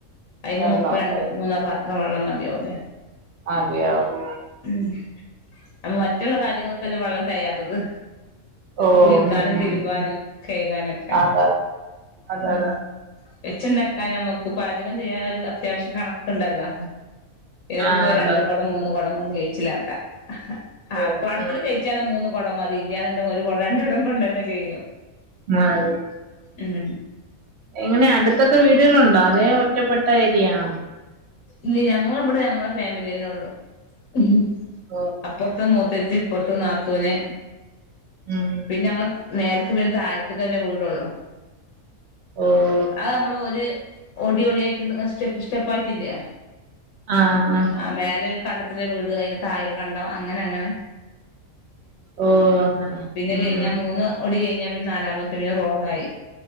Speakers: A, on the left (about 75°); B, on the right (about 60°).
A: അയ്ന്ന്
B: വെള്ളമുണ്ട്
A: മുക്കും രണ്ടും മൂന്നോ പാത്രം വെള്ളം മതിയാവൂല്ലേ.
B: മതിയാവും.
A: ഉം, അപ്പം മറ്റുള്ള കാര്യങ്ങൾക്കല്ലേ വെള്ളം തെയാത്തത്.
B: ഓ
A: കുളിക്കാനും
B: ഉം ഉം
A: തിരുമ്പാനും കഴുകാനൊക്കെ.
B: അതെ അതെ
A: ഉം
B: അതെ
A: വെച്ചുണ്ടാക്കാൻ നമുക്ക് പാചകം ചെയ്യാൻ ഒരു അത്യാവശ്യം കണക്ക്ണ്ടല്ലോ. ഏറിപ്പോയോ
B: ആ അതെ
A: രണ്ട് കൊടം മൂന്ന് കൊടം കൊണ്ട് കയ്ച്ചിലാക്കാ. ആർപാടത്തില്
B: ഓ ഉം
A: കയിച്ചാണ് മൂന്ന് കൊടം മതി. ഇല്ല്യാന്ന്ണ്ടെങ്ങ് ഒരു കൊടം രണ്ടു കൊടം കൊണ്ടെന്നെ കഴിയും.
B: മതി.
A: ഉം
B: എങ്ങനെയാ അട്ത്തൊക്കെ വീടുകളുണ്ടോ? അതേ ഒറ്റപ്പെട്ട ഏരിയാണോ?
A: ഇല്ല ഞങ്ങളബടെ ഞങ്ങളെ ഫാമിലി തന്നെ ഉള്ളൂ. ഉം
B: ഓഹ്
A: അപ്പൊർത്ത് മൂത്തെച്ചി, ഇപ്പൊർത്ത് നാത്തൂന്
B: ഉം
A: പിന്നെ ഞങ്ങൾ നേര്ക്ക് പിന്നെ താഴത്ത് ക്കെന്നെ വീടൊള്ളൂ.
B: ഓഹ്
A: അഹ് അമ്മളൊര് ഒടി ഒടിയായിട്ട് സ്റ്റെപ്പ് സ്റ്റെപ്പായിട്ടില്ല്യേ
B: ആഹ്, ആഹ്
A: ആഹ് മേലെ ഒരു കണ്ടത്തില് വീട്. അയ്ന്റെ താഴെ ഒരു കണ്ടം അങ്ങനെ അങ്ങനെ.
B: ഓഹ് അങ്ങനെ.
A: പിന്നെ
B: ഉം
A: കഴിഞ്ഞാ
B: ഉം
A: മൂന്ന് ഒടി കഴിഞ്ഞാ പിന്നെ നാലാമത്തെ പിന്നെ റോഡായി.